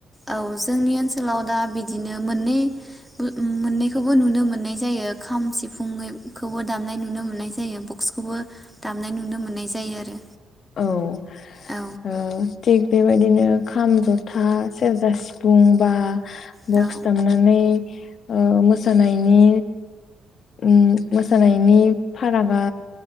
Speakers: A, in the centre; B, on the left.
A: औ जोंनि ओनसोलाव दा बिदिनो मोननै मोननैखौबो नुनो मोननाय जायो खाम सिफुंखौबो दामनाय नुनो मोननाय जायो बक्सखौबो दामनाय नुनो मोननाय जायो आरो।
B: औ ओ
A: औ
B: थिग बेबायदिनो खाम जथा सेरजा सिफुं बा
A: औ
B: बग्स दामनानै ओ मोसानायनि उम मोसानायनि फारागा